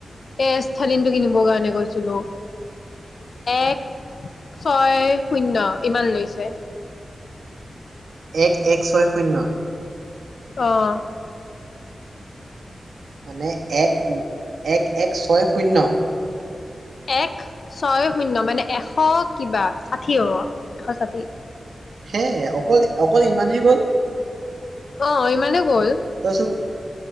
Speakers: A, on the left; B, on the right.
A: এ এচ ষ্টালিনটো কিনিবৰ কাৰণে গৈছিলোঁ এক ছয় শূন্য ইমান লৈছে।
B: এক এক ছয় শূন্য।
A: অহ
B: মানে এক এক এক ছয় শূন্য?
A: এক ছয় শূন্য মানে এশ কিবা ষাঠি হ'ব এশ ষাঠি।
B: হে অকল অকল ইমানহে গ'ল।
A: অ ইমানে গ'ল।
B: তইচোন